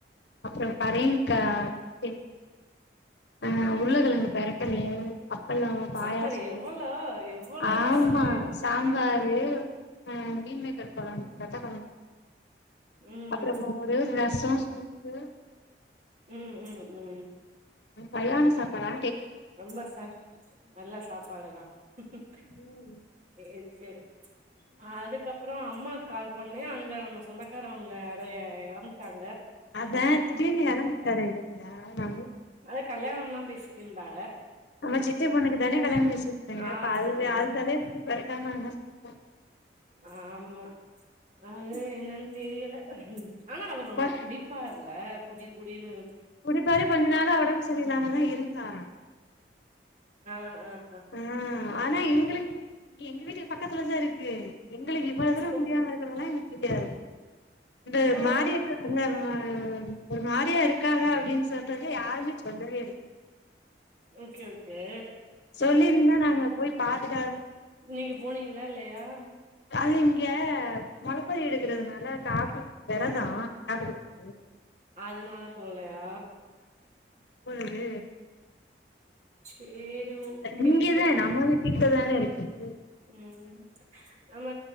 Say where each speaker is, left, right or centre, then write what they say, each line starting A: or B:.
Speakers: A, on the left; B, on the right.
A: அப்புறம் பரயிகா பெணி ஆ உருளகிழங்கு பெரட்டெல்லு அப்பளோ பாயாசோ
B: ஆத்தாடி எவ்வளோ எவ்வளோ
A: ஆமா
B: டிஷ்ஷு
A: சாம்பார் அது ஆ மீன்மேக்கர் கொழம்பு வத்த கொழம்
B: ம்
A: அப்பறமா ஒரே ஒர் ரஸ் <unintelligible>
B: உம் உம் உம்
A: கயாண சாப்படா
B: ரொம்ப சார் நல்லா சாப்பாடுதா <inaudible>
A: உம்
B: எவ் வேரு ஆ அதுக்கப்புறோ அம்மா கால் பண்ணே அங்க நம்ம சொந்தக்காரவுங்க யாரோ எ எறந்துட்டாங்
A: அதா திடிறுணு எறந்துட்டுரு இலக்கியா நா போய்
B: அலேக் கல்யாணம்யில்லா பேசிட்கிந்தா
A: அவே சித்தி பொண்ணுக்கு தானே கல்யாண பேசி த்தங்க
B: ஆமா
A: <unintelligible> ட்ட மாரினா சுத்தா
B: ஆமா
A: <inaudible>
B: அது என்னன்னு தெரியல ஆனா அவர் ரொம்ப
A: கொ
B: குடிப்பார் ல குடி குடினு
A: குடிப்பாரு கொஞ்ச நாளு ஒடம்பு சரியலாமதா இருந்தாரா
B: ஆ ஆ ஆ
A: அஹா ஆனா எங்குளுக் எங்க வீட்டுக்கு பக்கத்துலதா இருக்கு எங்களுக்கு இவ்வளதூரோ
B: ஓகே
A: முடியாம இருந்துருக்கலா <unintelligible> அந்த
B: ஓ
A: மாறியது <unintelligible> ஒரு மாரியா இருக்காங்க அப்டின் சொல்றது யாருமே சொல்லவே இல்
B: ஓகே ஓகே
A: சொல்லிருந்தா நாங்க போய் பாத்துட்
B: இன்னிக்கு போனீங்களா இல்லையா
A: அது இங்க மொளப்பாரி எடுக்கறதுனால காப்பு வெறதோ கடப்பிடிக்குது
B: அதனால போலயா
A: இப்பொழுது
B: சேரி ஓகே
A: இங்கியேதா நம்ப வீட்டுக்கிட்டதான இருக் <inaudible>
B: ம் நம்ம